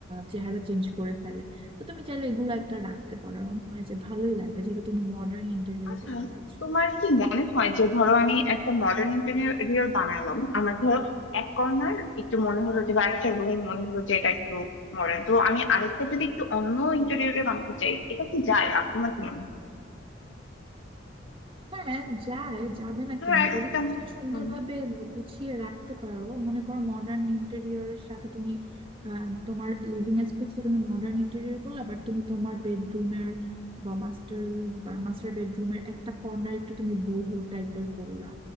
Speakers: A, on the right; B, on the left.
A: চেহারা চেঞ্জ করে ফেলে তো তুমি চাইলে এগুলো একটা রাখতে পারো আমার মনে হয় যে ভালোই লাগবে যেহেতু তুমি মডার্ন ইন্টেরিয়র
B: আচ্ছা
A: করতে চাচ্ছ
B: তোমার কি মনে হয় যে ধরো আমি একটা মডার্ন ইন্টেরিয়র বানালাম আমার ধরো এক কর্নার একটু মনে হলো যে বা একটা রুম মনে হলো যে এটা একটু মডার্ন তো আমি আরেকটা যদি একটু অন্য ইন্টেরিয়রে বানাতে চাই এটা কি যায় আর তোমার কি মনে হয়
A: হ্যাঁ যায় যাবে না
B: ধরো
A: কেন
B: একটা
A: যদি তুমি সেটা সুন্দরভাবে
B: উম,
A: গুছিয়ে রাখতে পারো মনে করো মডার্ন ইন্টেরিয়রের সাথে তুমি আহ, তোমার লিভিং স্পেসটা তুমি মডার্ন ইন্টেরিয়র করলে আবার তুমি তোমার বেডরুমের বা মাস্টার রুম বা মাস্টার বেডরুমের একটা কর্নার একটু তুমি বোহো টাইপের করলা